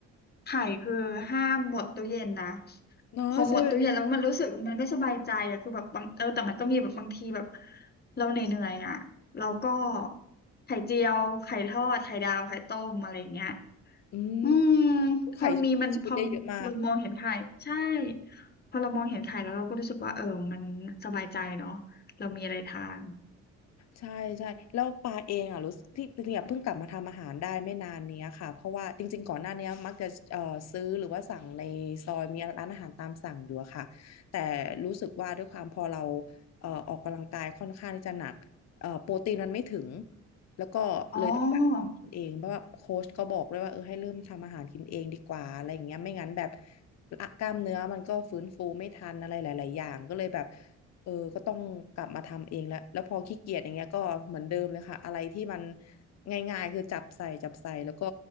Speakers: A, on the left; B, on the left.
A: ไข่คือห้ามหมดตู้เย็นนะ
B: เนาะใช่ไหม
A: พอหมดตู้เย็นแล้วมันรู้สึกมันไม่สบายใจอะคือแบบบางเออแต่มันก็มีแบบบางทีแบบเราเหนื่อยๆอะเราก็ไข่เจียวไข่ทอดไข่ดาวไข่ต้มอะไรอย่างเงี้ย
B: อืม
A: อืมพอมีมันพอเรามองเห็นไข่ใช่
B: ไข่ช่วยชีวิตได้เยอะมาก
A: พอเรามองเห็นไข่แล้วเราก็รู้สึกว่าเออมันสบายใจเนาะเรามีอะไรทาน
B: ใช่ใช่แล้วปาเองอ่ะรู้สึกที่จริงๆอ่ะเพิ่งกลับมาทำอาหารได้ไม่นานเนี้ยค่ะเพราะว่าจริงๆก่อนหน้าเนี้ยมักจะเอ่อซื้อหรือว่าสั่งในซอยมีร้านอาหารตามสั่งอยู่อะค่ะแต่รู้สึกว่าด้วยความพอเราเอ่อออกกำลังกายค่อนข้างที่จะหนักเอ่อโปรตีนมันไม่ถึงแล้วก็เลยต้องแบบทำกินเองเพราะว่าโค้ชก็บอกด้วยว่าเออให้เริ่มทำอาหารกินเองดีกว่าอะไรอย่างเงี้ยไม่งั้นแบบ
A: อ๋อ
B: กล้ามเนื้อมันก็ฟื้นฟูไม่ทันอะไรหลายๆอย่างก็เลยแบบ เออก็ต้องกลับมาทำเองแล้ว แล้วพอขี้เกียจอย่างเงี้ยก็เหมือนเดิมเลยค่ะ อะไรที่มันง่ายๆคือจับใส่จับใส่แล้วก็